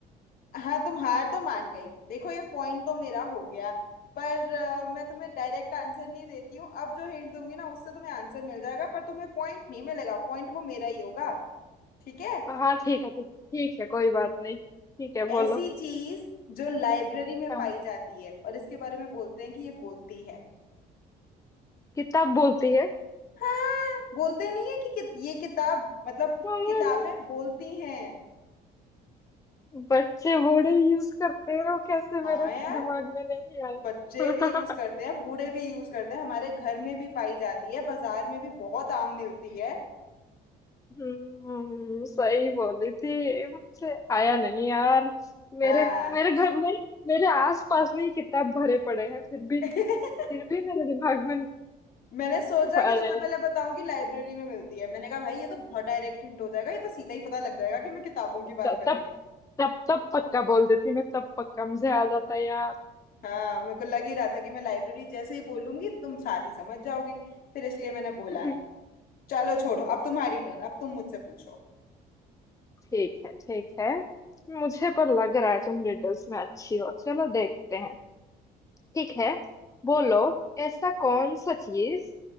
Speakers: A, on the left; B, on the left.
A: हाँ तुम हार तो मान गई देखो ये पॉइंट तो मेरा हो गया पर अ, मैं तुम्हें डायरेक्ट आंसर नहीं देती हूँ अब जो हिंट दूंगी ना उससे तुम्हें आंसर मिल जाएगा पर तुम्हें पॉइंट नहीं मिलेगा पॉइंट वो मेरा ही होगा ठीक है
B: हाँ ठीक है ठीक ठीक है कोई बात नहीं ठीक है बोलो
A: ऐसी चीज जो लाइब्रेरी में
B: हाँ
A: पाई जाती है और इसके बारे में बोलते हैं कि ये बोलती है
B: किताब बोलती है <laughs>
A: हाँ, बोलते नहीं है कि, कि ये किताब मतलब
B: अरे,
A: किताबें बोलती हैं
B: बच्चे बूढ़े यूज करते हो कैसे
A: हाँ
B: मेरे
A: यार
B: दिमाग में नहीं आया
A: बच्चे भी यूज करते
B: <laughs>
A: हैं बूढ़े भी यूज करते हैं हमारे घर में भी पाई जाती है बाजार में भी बहुत आम मिलती है
B: हम्म सही बोली थी मुझे आया नहीं यार मेरे
A: हाँ
B: मेरे घर मेरे मेरे आस पास में ही किताब भरे पड़े हैं फिर भी
A: <laughs>
B: फिर भी मेरे दिमाग में
A: मैंने सोचा
B: अरे
A: कि तुम्हें पहले बताऊं कि लाइब्रेरी में मिलती है मैंने कहा भाई ये तो बहुत डायरेक्ट हिंट हो जाएगा ये तो सीधा ही पता लग जाएगा कि मैं किताबों की बात
B: तब
A: कर
B: तब
A: रही हूँ
B: तब तब पक्का बोल देती मैं तब पक्का मुझे आ जाता यार
A: हाँ मेरे को लग ही रहा था कि मैं लाइब्रेरी जैसे ही बोलूंगी तुम साथ ही समझ जाओगी फिर इसलिए मैंने बोला
B: <laughs>
A: नहीं चलो छोड़ो अब तुम्हारी टर्न अब तुम मुझसे पूछो
B: ठीक है ठीक है मुझे पर लग रहा है तुम रिडल्स में अच्छी हो चलो देखते हैं ठीक है बोलो ऐसा कौन सा चीज